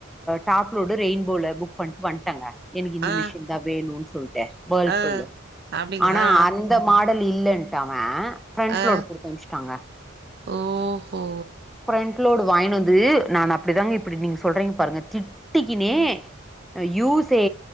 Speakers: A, in the centre; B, on the right.
A: டாப்லோடு ரெயின்போல புக் பண்ட்டு வன்ட்டங்க எனுக்கு இந்த
B: ஆ
A: மிஷின் த வேணுன் சொல்ட்டு வேர்ல்
B: ஆ
A: புலு
B: அப்டிங்க
A: ஆனா
B: ஆ
A: அந்தப் மாடல் இல்லன்ட்டவ ஃப்ரண்ட்லோடு
B: ஆ ஆ
A: குடுத்து அம்ச்ட்டாங்க
B: ஓஹோ
A: ஃபிரண்ட்லோடு வாய்னுவந்து நானு அப்டிதாங்க இப்டி நீங்க சொல்றீங்க பாருங்க திட்டிகினே அ யூஸே